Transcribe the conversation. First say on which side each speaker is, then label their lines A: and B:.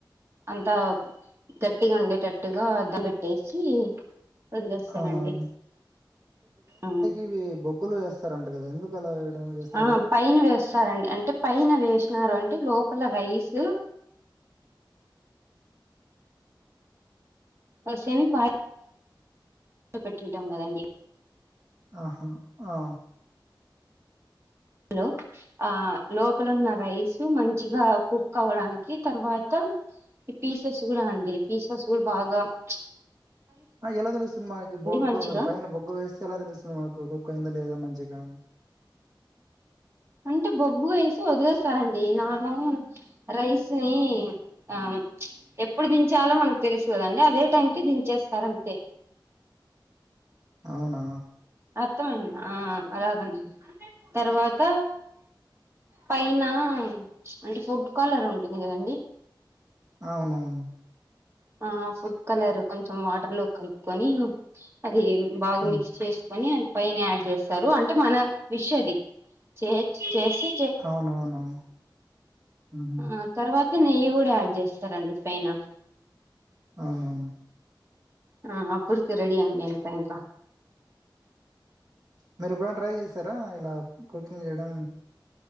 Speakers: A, on the right (about 30°); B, on the right (about 50°).
A: అంతా గట్టిగా ఉండేటట్టుగా దమ్ <unintelligible> పెట్టేసి వదిలేస్తారండి
B: అవునవును.
A: ఉం
B: బొగ్గు <unintelligible> ముగ్గులు వేస్తారు అంట కదండి ఎందుకలా వేయడం వేస్తారు
A: ఆ పైన వేస్తారండి అంటే పైన వేసినారు అంటే లోపల రైస్ ఒసేయ్ నీ <unintelligible> పెట్టింటాం కదండి
B: ఆహా ఆ
A: హలో ఆ లోపల ఉన్న రైస్ మంచిగా కుక్ అవడానికి తర్వాత ఈ పీసాస్ కూడా అండి పీసాస్ కూడా బాగా చ్
B: ఆ ఎలా తెలుస్తుంది మనకి బొగ్గు
A: మంచిగా
B: అది పైన బొగ్గు వేస్తే ఎలా తెలుస్తుంది మాకు కుక్ అయిందా లేదా మంచిగా
A: అంటే బొగ్గు వేసి వదిలేస్తారండి నార్మల్ గా మనం రైస్ ని ఆ చ్ ఎప్పుడు దించాలో మనకు తెలుసు కదండి అదే టైం కి దించేస్తారు అంతే
B: అవునా
A: అర్థమయింది ఆ అలాగండి తర్వాత పైన అంటే ఫుడ్ కాలర్ ఉంటుంది కదండి
B: అవును అవును
A: ఆ ఫుడ్ కలర్ కొంచెం వాటర్ లో కలుపుకొని అది బాగా
B: ఉమ్,
A: మిక్స్ చేసుకొని అది పైన యాడ్ చేస్తారు అంటే మన విష్ అది చే చేసి
B: అవునవును ఉం
A: ఆ తర్వాత నెయ్యి కూడా యాడ్ చేస్తారండి పైన
B: అవునువును
A: ఆ ఆప్పుుడుకి రెడి అ అంతా ఇంకా
B: మీరు ఎప్పుడైనా ట్రై చేశారా ఇలా కుకింగ్ చేయడం